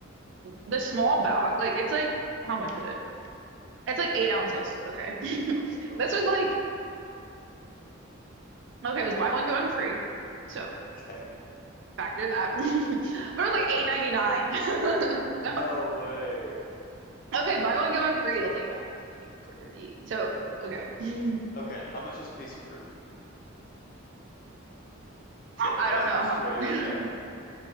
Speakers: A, on the right (about 60°); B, on the left (about 40°).
A: the small box, like it's like how much is it? It's like eight ounces. Okay. <laughs>
B: okay,
A: This was like okay, it was buy one, get one free. So
B: <laughs> okay,
A: factor that. <laughs> But it was
B: all
A: like
B: right.
A: eight ninety nine. <laughs>
B: No
A: So
B: way.
A: okay, buy one, get one free. That's like nine dollars, like four fifty. So okay. <laughs>
B: Okay, how much is a piece of fruit?
A: I
B: that doesn't
A: don't know
B: destroy
A: how much.
B: your enamel.
A: <laughs>